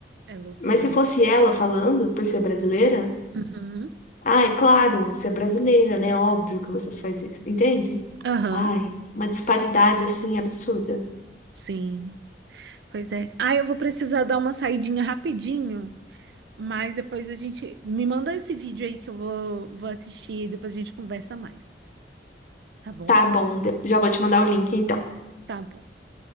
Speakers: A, on the right; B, on the left.
A: É loucura.
B: Mas se fosse ela falando, por ser brasileira.
A: Uhum.
B: Ah, é claro, você é brasileira, né? Óbvio que você faz isso, entende?
A: Aham.
B: Ai, uma disparidade assim absurda.
A: Sim. Pois é. Ah, eu vou precisar dar uma saidinha rapidinho, mas depois a gente me manda esse vídeo aí que eu vou vou assistir e depois a gente conversa mais, tá bom?
B: Tá bom, de- já vou te mandar o link então.
A: Tá bom.